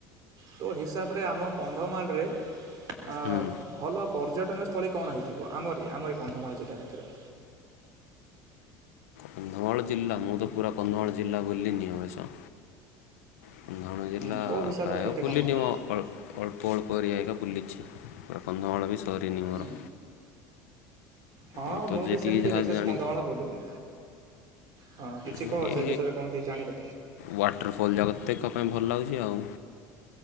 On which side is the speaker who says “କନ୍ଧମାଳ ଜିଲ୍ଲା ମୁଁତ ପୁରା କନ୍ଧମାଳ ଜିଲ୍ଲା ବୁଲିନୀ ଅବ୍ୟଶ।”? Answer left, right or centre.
Left